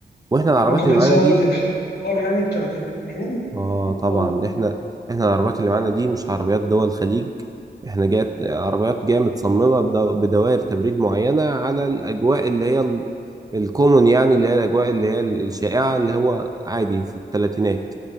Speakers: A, on the right (about 20°); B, on the left (about 65°).
A: وإحنا العربيات
B: ممكن بتزود
A: اللي معانا دي
B: الحرارة يعني بتاعة المكان
A: آه طبعا
B: اه
A: إحنا إحنا العربيات اللي معانا دي مش عربيات دول الخليج إحنا جات عربيات جاية متصممة بدو- بدوائر تبريد معينة على الأجواء اللي هي ال- الكومن يعني اللي هي الأجواء اللي هي الشائعة اللي هو عادي في الثلاثينات